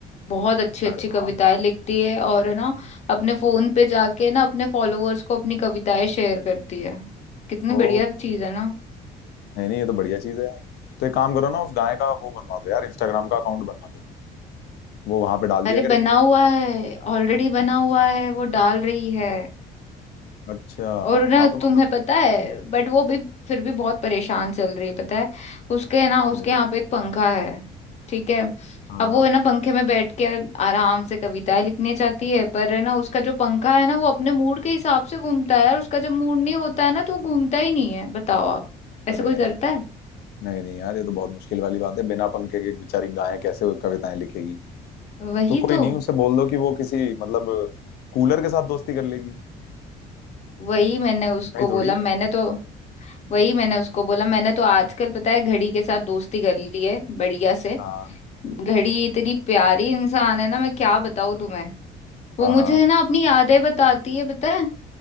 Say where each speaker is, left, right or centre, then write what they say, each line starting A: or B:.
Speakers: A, on the left (about 40°); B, on the left (about 70°).
A: बहुत अच्छी
B: अरे
A: अच्छी
B: वाह
A: कविताएं लिखती है और है ना अपने फोन पे जाके ना अपने फॉलोअर्स को अपनी कविताएं शेयर करती है कितनी
B: ओ
A: बढ़िया चीज है ना
B: नहीं नहीं ये तो बढ़िया चीज़ है यार तो एक काम करो ना उस गाय का वो बनवा दो यार इंस्टाग्राम का अकाउंट बनवा दो वो वहां पे डाल
A: अरे
B: दिया
A: बना
B: करेगी
A: हुआ है ऑलरेडी बना
B: हम्म
A: हुआ है वो डाल रही है
B: अच्छा
A: और ना
B: हाँ तो
A: तुम्हें
B: मतलब
A: पता है
B: हम्म,
A: बट वो भी फिर भी बहुत परेशान चल रही है पता है उसके ना उसके
B: ओ
A: यहाँ पे एक पंखा है ठीक है
B: हाँ
A: अब वो है ना पंखे में बैठ के आराम से कविताएं लिखनी चाहती है पर है ना उसका जो पंखा है ना वो अपने मूड के हिसाब से घूमता है और उसका जब मूड नहीं होता है ना तो वो घूमता ही नहीं है बताओ आप ऐसे
B: अरे
A: कोई
B: अरे
A: करता है
B: नहीं नहीं यार ये तो बहुत मुश्किल वाली बात है बिना पंखे के एक बेचारी गाय कैसे वो कविताएं लिखेगी
A: वही
B: तो कोई
A: तो
B: नहीं उसे बोल दो कि वो किसी मतलब कूलर के साथ दोस्ती कर लेगी
A: वही मैंने उसको
B: भाई थोड़ी
A: बोला
B: है
A: मैंने तो वही मैंने उसको बोला मैंने तो आजकल पता है घड़ी के साथ दोस्ती कर ली है बढ़िया से
B: हाँ
A: घड़ी इतनी प्यारी इंसान है ना मैं क्या बताऊँ तुम्हें वो
B: हाँ
A: मुझे
B: हाँ
A: है ना अपनी यादें बताती है पता है